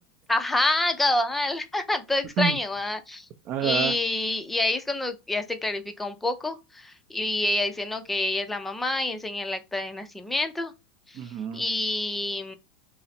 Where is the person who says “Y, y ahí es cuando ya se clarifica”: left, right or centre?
Centre